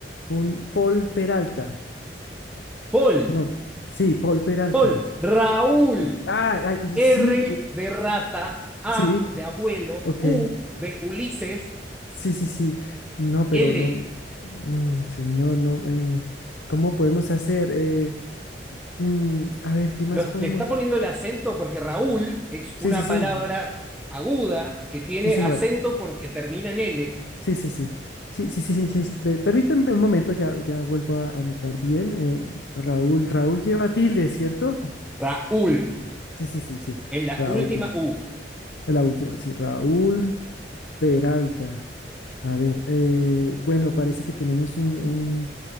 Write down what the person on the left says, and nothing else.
un Paul Peralta.
No, sí, Paul Peralta.
Ah, ay, sí,
sí,
ok.
Sí, sí, sí. No, pero
no, mm, señor, no. eh, ¿cómo podemos hacer? Eh, mm, a ver, ¿qué más
podemos?
Sí,
sí, sí,
sí, señor.
Sí, sí, sí. Sí, sí, sí, sí, sí, sí. Ve, Permítame un momento, ya, ya vuelvo a anotar bien. eh, Raúl, Raúl lleva tilde, ¿cierto?
Sí, sí, sí, sí.
Raúl,
la última, sí, Raúl Peralta. A ver, eh, bueno, parece que tenemos un un-